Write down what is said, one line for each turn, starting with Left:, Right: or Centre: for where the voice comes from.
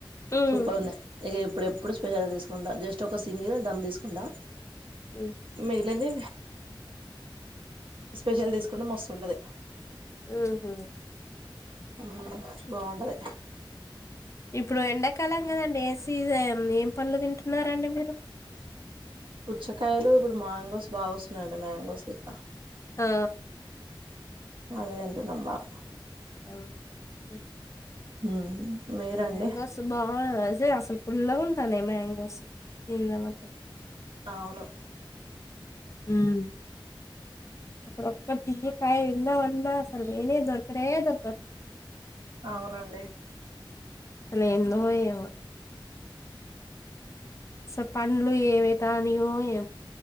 Left: ఉమ్
Right: సూపర్ ఉంది ఇక ఎపుడూపుడు స్పెషల్గా తీసుకుంటా జస్ట్ ఒక సింగిల్ దమ్ తీసుకుంటా
Left: ఉమ్
Right: మేలండి స్పెషల్ తీసుకుంటె మస్తుంటది
Left: హ్మ్ హు
Right: హ్మ్ బాగుంటది
Left: ఇప్పుడు ఎండాకాలం కదండి ఏసీ ఏం పడ్లు తింటున్నారండి మీరు
Right: పుచ్చకాయలు ఇప్పుడు మాంగోస్ బాగా వస్తున్నాయండి మ్యాంగోస్ ఇట్లా
Left: ఆ
Right: అవితింటునం బాగా
Left: అమ్ హ్మ్
Right: హ్మ్ మీరండి
Left: మాంగోస్ బాస అసలు పుల్లాగా తనే మాంగోస్ తినమంటే
Right: అవును
Left: హ్మ్ అప్పుడు ఒక్క తీకాయ ఎన్న <unintelligible> వంద అల్ <unintelligible> నేనే దొరకనే దొరక
Right: అవునండి
Left: అ ఏందో ఏమో సో పండ్లు ఏవై తానియో ఏ